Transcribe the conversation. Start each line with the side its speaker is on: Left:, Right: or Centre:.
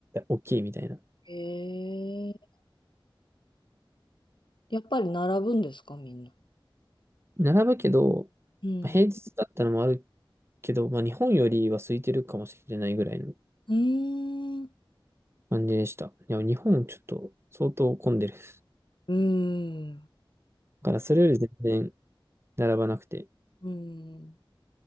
Right: 大きいみたいな。
Left: ーええやっぱり並ぶんですか、みんな。
Right: 並ぶけど、
Left: うん。
Right: まあ平日だったのもあるけど、まあ日本よりは空いてるかもしれないぐらいの
Left: うーん。
Right: 感じでした。いや、日本ちょっと相当混んでる。だ
Left: うーん。
Right: からそれより全然並ばなくて
Left: うーん。